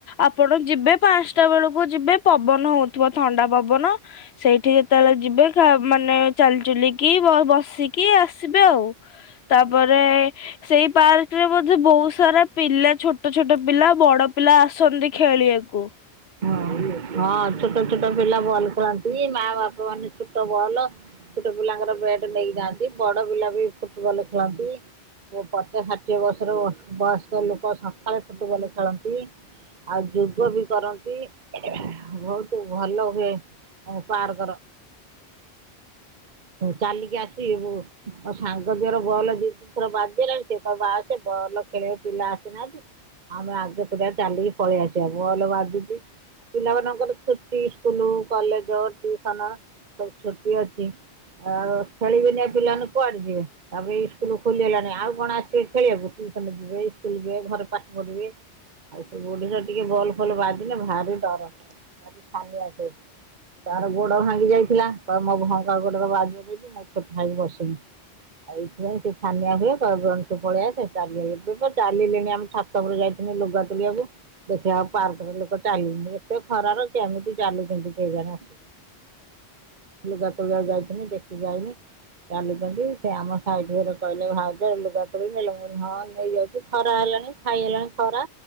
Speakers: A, on the left (about 70°); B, on the right (about 45°).
A: ଆପଣ ଯିବେ ପାଞ୍ଚଟା ବେଳକୁ ଯିବେ ପବନ ହଉଥିବ ଥଣ୍ଡା ପବନ ସେଇଠି ଯେତେବେଳେ ଯିବେ ମାନେ ଚାଲିଚୁଲିକି ବସିକି ଆସିବେ ଆଉ ତାପରେ ସେଇ ପାର୍କରେ ବୋଧେ ବହୁତ ସାରା ପିଲା ଛୋଟ ଛୋଟ ପିଲା ବଡ ପିଲା ଆସନ୍ତି ଖେଳିବାକୁ।
B: ହଁ ହଁ। ଛୋଟ ଛୋଟ ପିଲା ବଲ ଖେଳନ ମା ବାପା ମାନେ ଛୋଟ ବଲ ଛୋଟ ପିଲାଙ୍କର ବେଟ ନେଇକ ଯାଆନ୍ତି। ବଡ ପିଲା ବି ଫୁଟବଲ ଖେଳନ୍ତି ପଚା ଷାଠିଏ ବର୍ଷର ବୟସ୍କ ଲୋକ ଲୋକ ସକାଳେ ଫୁଟବଲ ଖେଳନ୍ତି ଆଉ ଯୋଗ ବି କରନ୍ତି। ବହୁତ ଭଲ ହୁଏ ପାର୍କର ଚାଲିକି ଆସିବୁ ଆ ସାଙ୍ଗ ଦେହର ଭଲ ଦି ଥର ବାଜିଲାଣି ସେ କହିବ ଆଉ ସେ ବଲ ଖେଳ ପିଲା ଆସିନାହାନ୍ତି ଆମେ ଆଗେତୁରିଆ ଚାଲିକି ପଳେଇ ଆସିବା ବଲ୍ ବାଜୁଚି। ପିଲାମାନଙ୍କର ଛୁଟି ଇସ୍କୁଲ କଲେଜ ଟ୍ୟୁସନ ସବୁ ଛୁଟି ଅଛି ଆଉ ଖେଳିବେନି ପିଲାମାନେ କୁଆଡେ ଯିବେ ତାପରେ ଇସ୍କୁଲ ଖୋଲିଗଲାଣି ଆଉ କଣ ଆସିବେ ଖେଳି ବାକୁୁ ଟିୟୁସନ ଯିବେ ସ୍କୁଲ ଯିବେ ଘରେ ପାଠ ପଢିବେ ଆଉ ସବୁ ଓଡିରେ ଟିକେ ବଲ୍ ଭଲ ବ ଭାରି ଡର ଭାରି ଛାନିଆ ହୁଏ ତାର ଗୋଡ ଭାଙ୍ଗି ଯାଇଥିଲା। କହ ମୋ ଭଙ୍କା ଗୋଡର ବାଯିବ ଯଦି ମୁଁ ଛୋଟା ହୋଇକି ବସିବି ଆଉ ଏଇଥିପାଇଁ ସେ ଛାନିଆ ହୁଏ କହେ ବେଣୁଶୁ ପଳେ ଆସେ ଚାଲିଆ ଏ ଚାଲିଲେଣି ଆମେ ଛାତରେ ଯାଇଥିଲି ଲୁଗା ତୋଳିଆକୁ ଦେଖିଲ ଆଉ ପାର୍କରେ ଲୋକ ଚାଲନି ଏତେ ଖରାର କେମିତି ଚାଲୁଛନ୍ତି କେଜାଣି ହୁଁ ଆସିବେ ଲୁଗା ତୋଳିବାକୁ ଯାଇିଥିଲି ଦେଖିକି ଆଇଲି ଚାଲୁଚନ୍ତି ସେ ଆମ ସାଇଟ୍ ଘରେ କହିଲେ ଭାଉଜ ଲୁଗା ତୋଳି ନେଲ ମୁଁ କହିଲି ହଁ ନେଇଯାଉଚି ଖରା ହେଲାଣି ଛାଇ ହେଲାଣି ଖରା